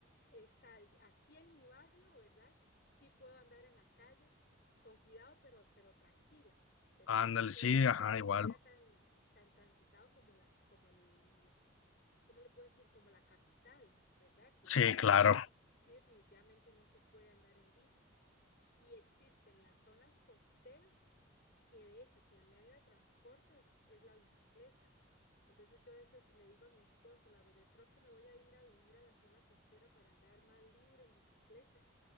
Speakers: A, on the left (about 50°); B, on the left (about 80°).
A: está aquí en mi barrio, ¿verdad? Sí puedo andar en la calle con cuidado, pero, pero tranquila, ¿verdad?
B: Ándale,
A: No es que,
B: sí, ajá,
A: no es
B: igual.
A: que sea tan, tan transitado como las, como el, ¿cómo le puedo decir? Como la capital, ¿verdad? Que,
B: Sí, claro.
A: que ahí sí definitivamente no se puede andar en bici y existen las zonas costeras que de hecho que el medio de transporte es, es la bicicleta. Entonces yo a veces le digo a mi esposo, le hago, yo creo que me voy a ir a vivir a la zona costera para andar más libre en bicicleta.